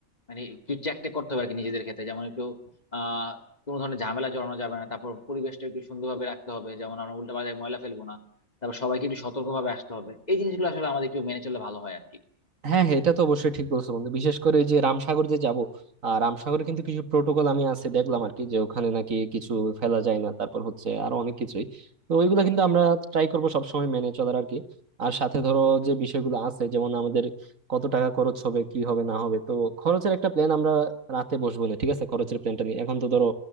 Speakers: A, on the left; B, on the right.
A: মানে একটু চেক করতে হবে আর কি নিজেদের ক্ষেত্রে যেমন একটু আহ কোনো ধরনের ঝামেলা জড়ানো যাবে না তারপর পরিবেশটা একটু সুন্দরভাবে রাখতে হবে যেমন আমরা উল্টা পাল্টা ময়লা ফেলবো না তারপর সবাইকে একটু সতর্কভাবে আসতে হবে এই জিনিসগুলো আসলে আমাদের একটু মেনে চললে ভালো হয় আর কি
B: হ্যাঁ হ্যাঁ এটা তো অবশ্যই ঠিক বলছো বন্ধু বিশেষ করে ওই যে রামসাগর যে যাব আর রামসাগরে কিন্তু কিছু প্রোটোকল আমি আছে দেখলাম আর কি যে ওখানে নাকি কিছু ফেলা যায় না তারপর হচ্ছে আরো অনেক কিছুই তো ওইগুলা কিন্তু আমরা ট্রাই করব সবসময় মেনে চলার আর কি আর সাথে ধরো যে বিষয়গুলো আছে যেমন আমাদের কত টাকা খরচ হবে কি হবে না হবে তো খরচের একটা প্ল্যান আমরা রাতে বসবো না ঠিক আছে খরচের প্ল্যানটা নিয়ে এখন তো ধরো